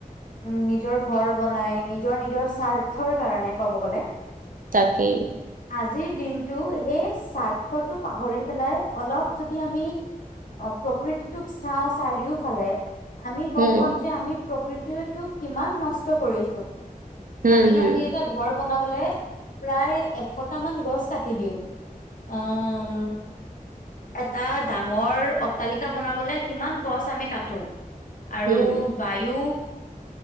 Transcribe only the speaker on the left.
উম নিজৰ ঘৰ বনাই, নিজৰ-নিজৰ স্বাৰ্থৰ কাৰণে ক'ব গ'লে।
আজিৰ দিনটো সেই স্বাৰ্থটো পাহৰি পেলাই অলপ যদি আমি প্ৰকৃতিটোক চাওঁ চাৰিওফালে আমি গম
পাম যে আমি প্ৰক তি তোক কিমান নষ্ট কৰিছো।
আমি
আজি এটা ঘৰ বনাবলে প্ৰায় এশটা মান গছ কাটি দিওঁ। আম এটা ডাঙৰ অট্টালিকা বনাবলে কিমান গছ আমি কাটো। আৰু
বায়ু